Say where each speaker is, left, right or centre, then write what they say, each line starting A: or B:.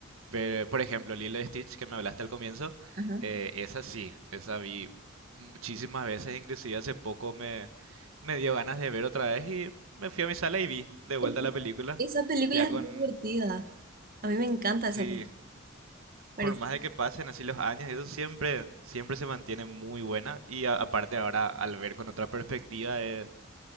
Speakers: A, on the right (about 80°); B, on the right (about 45°).
A: Pero, por ejemplo, Lilo y Stitch, que me hablaste al comienzo,
B: ajá.
A: eh, esa sí, esa vi muchísimas veces, inclusive hace poco me, me dio ganas de ver otra vez y me fui a mi sala y vi de vuelta
B: Es que
A: la película,
B: Esa película
A: ya
B: es
A: con,
B: muy divertida. A mí me encanta
A: sí,
B: esa película. Parece
A: por más
B: que...
A: de que pasen así los años, eso siempre, siempre se mantiene muy buena. Y a- aparte ahora, al ver con otra perspectiva, es,